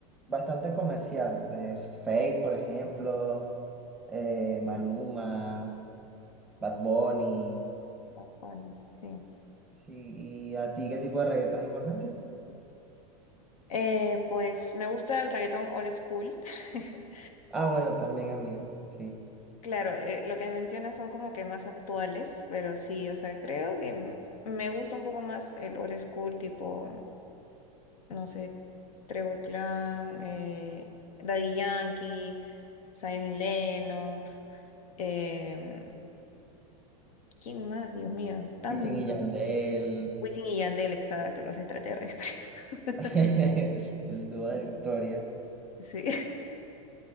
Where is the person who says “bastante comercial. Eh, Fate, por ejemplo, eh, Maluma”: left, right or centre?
Centre